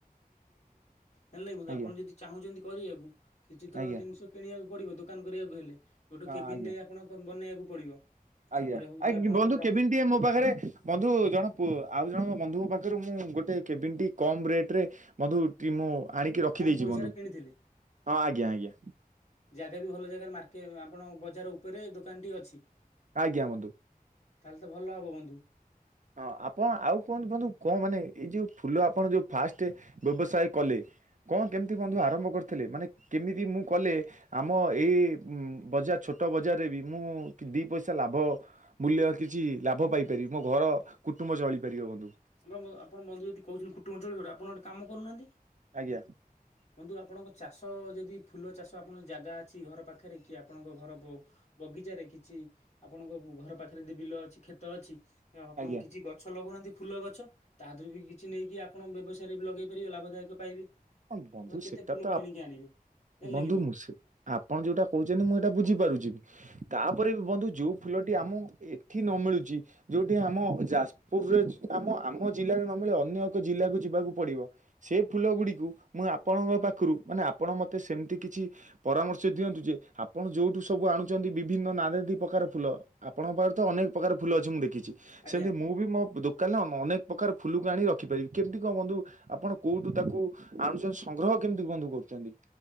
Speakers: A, on the left (about 45°); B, on the right (about 55°).
A: ଜାଣିଲେକି ବନ୍ଧୁ ଆପଣ
B: ଆଜ୍ଞା
A: ଯଦି ଚାହୁଁଛନ୍ତି କରିବାକୁ କିଛି ତ
B: ଆଜ୍ଞା
A: ଜିନିଷ କିଣିବାକୁ ପଡିବ ଦୋକାନ କରିବାକୁ ହେଲେ। ଗୋଟେ
B: ହଁ
A: କେବିନ
B: ଆଜ୍ଞା।
A: ଟିଏ ଆପଣକୁ ବନେଇବାକୁ ପଡିବ। ତାପରେ
B: ଆଜ୍ଞା
A: ହଉଛି
B: ଆଜ
A: ଆପଣଙ୍କର
B: ବନ୍ଧୁ
A: ରଖି
B: କେମିତି ମୋ ପାଖରେ ବନ୍ଧୁ ଜଣ ଆଉ ଜଣ ବନ୍ଧୁଙ୍କ ପାଖରୁ ମୁଁ ଗୋଟେ କେବିନଟି କମ୍ ରେଟରେ ମଧୁ କି ମୁଁ ଆଣିକି ରଖିଦେଇଛି
A: କମ ପଇସାରେ
B: ବନ୍ଧୁ
A: କିଣିଥିଲି।
B: ହଁ ଆଜ୍ଞା ଆଜ୍ଞା।
A: ଜାଗା ବି ଭଲ ଜାଗାରେ ମାର୍କେ ଆପଣଙ୍କ ବଜାର ଉପରେ ଦୋକାନ ଟି ଅଛି।
B: ଆଜ୍ଞା ବନ୍ଧୁ।
A: ତାହେଲେ ତ ଭଲ ହବ ବନ୍ଧୁ।
B: ହଁ ଆପଣ ଆଉ କୁହନ୍ତୁ ବନ୍ଧୁ କଣ ମାନେ ଏଇ ଯୋଉ ଫୁଲ ଆପଣ ଯୋଉ ଫାଷ୍ଟ ବ୍ୟବସାୟ କଲେ କଣ କେମିତି ବନ୍ଧୁ ଆରମ୍ଭ କରିଥିଲେ ମାନେ କେମିତି ମୁଁ କଲେ ଆମ ଏଇ ଉଁ ବଜାର ଛୋଟ ବଜାରରେ ବି ମୁଁ ଦୁଇ ପଇସା ଲାଭ ମୂଲ୍ୟ କିଛି ଲାଭ ପାଇପାରିବି ମୋ ଘର କୁଟୁମ୍ବ ଚଳିପାରିବ ବନ୍ଧୁ।
A: ଆମର ଆପଣ ବନ୍ଧୁ ଯଦି କହୁଛନ୍ତି କୁଟୁମ୍ଭ ଚଳିବ, ଆପଣ ଗୋଟ କାମ କରୁନାହାନ୍ତି।
B: ଆଜ୍ଞା
A: ବନ୍ଧୁ ଆପଣଙ୍କ ଚାଷ ଯଦି ଫୁଲ ଚାଷ ଆପଣଙ୍କ ଜାଗା ଅଛି, ଘର ପାଖରେ କି ଆପଣଙ୍କ ଘର ବଗିଚାରେ କିଛି ଆପଣଙ୍କ ଘର ପାଖରେ ଯଦି ବିଲ ଅଛି କ୍ଷେତ ଅଛି, ଆଉ ଆପଣଙ୍କ
B: ଆଜ୍ଞା
A: କିଛି ଗଛ ଲଗଉନାହାନ୍ତି ଫୁଲ ଗଛ ତା ଦେହରୁ ବି କିଛି ନେଇକି ଆପଣ ବ୍ୟବସାୟରେ ବି ଲଗେଇ ପାରିବେ ଲାଭଦାୟକ ପାଇବେ। ଆପଣ
B: ହଁ ବନ୍ଧୁ
A: କେତେ
B: ସେଟା
A: ଫୁଲ
B: ତ
A: କିଣିକି ଆଣିବେ? ଜାଣିଲେ
B: ବନ୍ଧୁ
A: କି
B: ମୁଁ ସେ ଆପଣ ଯୋଉଟା କହୁଛନ୍ତି ମୁଁ ଏଇଟା ବୁଝିପାରୁଛି ବି, ତାପରେ ବି ବନ୍ଧୁ ଯୋଉ ଫୁଲଟି ଆମ ଏଠି ନ ମିଳୁଛି ଯୋଉଠି ଆମ ଯାଜପୁରରେ ଆମ ଆମ ଜିଲ୍ଲାରେ ନମିଳେ, ଅ ଅନ୍ୟ ଏକ ଜିଲ୍ଲାକୁ ଯିବାକୁ ପଡ଼ିବ। ସେ ଫୁଲ ଗୁଡ଼ିକୁ ମୁଁ ଆପଣଙ୍କ ପାଖରୁ ମାନେ ଆପଣ ମତେ ସେମିତି କିଛି ପରାମର୍ଶ ଦିଅନ୍ତୁ ଯେ, ଆପଣ ଯୋଉଠୁ ସବୁ ସବୁ ଆଣୁଛନ୍ତି ବିଭିନ୍ନ ନାନାଦି ପ୍ରକାର ଫୁଲ। ଆପଣଙ୍କ ପାଖରେ ତ ଅନେକ ପ୍ରକାର ଫୁଲ ଅଛି ମୁଁ ଦେଖି ଛି।
A: ଆଜ୍ଞା।
B: ସେମତି ମୁଁ ବି ମୋ ଦୋକାନରେ ଅନେକ ପ୍ରକାର ଫୁଲକୁ ଆଣି ରଖିପାରିବି କେମିତି କଣ ବନ୍ଧୁ ଆପଣ କୋଉ ଠୁ ତାକୁ ଆଣୁଛନ୍ତି ସଂଗ୍ରହ କେମିତି ବନ୍ଧୁ କରୁଛନ୍ତି?